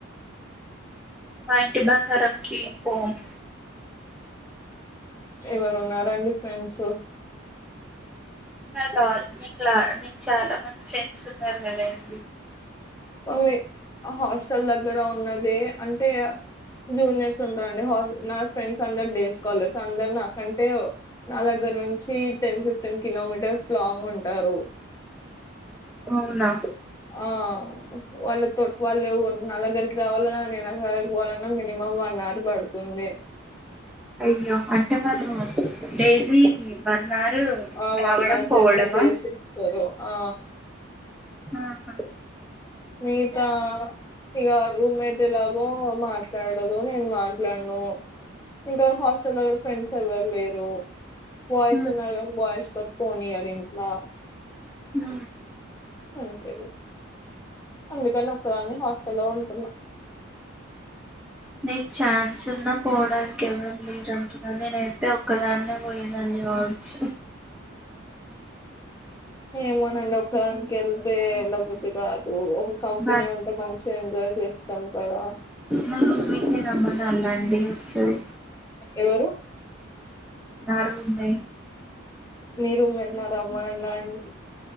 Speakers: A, in the centre; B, on the left.
A: మా యింటి బంగారం కి పోమ్
B: ఎవరు ఉన్నారండి ఫ్రెండ్స్
A: లా మీకు లా మీకు చాలా మంది ఫ్రెండ్స్ ఉన్నారు కదా అండి
B: మీ ఆ హాస్టల్ దగ్గర ఉన్నది అంటే జూనియర్స్ ఉంటరండి నా ఫ్రెండ్స్ అందరు డేస్ కలార్స్ ఏ అందరు నాకంటే నా దగ్గర నుంచి టెన్ ఫిఫ్టీన్ కిలోమీటర్స్ లాంగ్ ఉంటరు
A: అవునా
B: ఆ వాళ్ళ తొట్ వాళ్ళు నా దగ్గరికి రావాలన్న నేన్ ఆళ్ళ దగ్గరికి పోవాలన్నా మినిమం వన్ అవర్ పడుతుంది
A: అయ్యో అంటే మరీ నువ్వు డైలీ వన్ అవర్
B: ఆ వన్
A: రావడం
B: అవర్
A: పోవడమా
B: జర్నీ చేసి ఇస్తారు ఆ
A: ఆహా
B: నీతా ఇగా రూమ్మేట్ ఎలాగో మాట్లాడదు నేను మాట్లాడను ఇంకా హాస్టల్ దగ్గ ఫ్రెండ్స్ ఎవరు లేరు బాయిస్
A: ఉమ్.
B: ఉన్నారు కనీ బాయిస్ త ఫోన్ ఇయర్ ఇంట్లో
A: ఉ
B: అంతే అందుకని ఒకదాన్ని హాస్టల్లో ఉంటున్నా
A: నీ ఛాన్స్ ఉన్నా పోవడానికి ఎవరు లేరు అంటున్నారు నేను అే ఒక్కదాన్నే పోయేదాన్ని కావచ్చు
B: ఏమోనండి ఒక్కడానికి వెళ్తే వేళ్లబద్ది కాదు ఒక కంపెనీ
A: బా
B: ఉ ఫంక్షన్ ఎంజాయ్ చేస్తాం కదా
A: నా రమ్మను అల్లా అండి వొస్తది
B: ఎవరు
A: నా రూమ్మేట్
B: మీరు ఏమన్న రామన్నంగానే